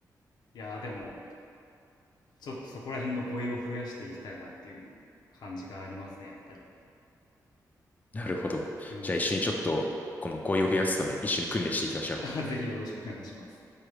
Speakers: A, on the left; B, on the left.
A: いやー、でも、ちょっとそこら辺の語彙を増やしていきたいなっていう感じがありますね、やっぱり。
B: なるほど。
A: うん。
B: じゃあ一緒にちょっと、この語彙を増やすため、一緒に訓練していきましょう。
A: <laughs> ぜひよろしくお願いします。